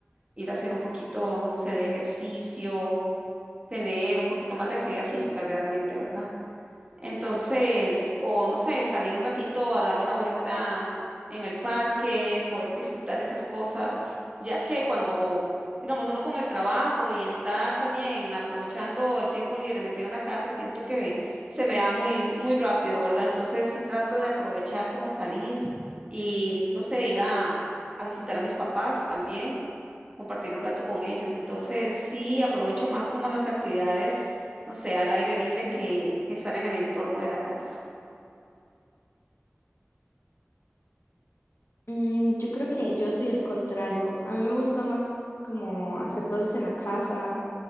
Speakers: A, on the right (about 25°); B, on the left (about 70°).
A: ir a hacer un poquito, no sé, de ejercicio tener un poquito más de actividad física realmente, ¿verdad? Entonces, o no sé, salir un ratito a darme una vuelta en el parque, poder disfrutar esas cosas, ya que cuando, digamos, uno con el trabajo y estar también aprovechando el tiempo libre metido en la casa, siento que se me da muy, muy rápido, ¿verdad? Entonces, sí trato de aprovechar como salir y, no sé, ir a, a visitar a mis papás también compartir un rato con ellos. Entonces, sí, aprovecho más como las actividades, no sé, al aire libre que, que estar en el entorno de la casa.
B: Mm, yo creo que yo soy el contrario. A mí me gusta más como hacer cosas en la casa.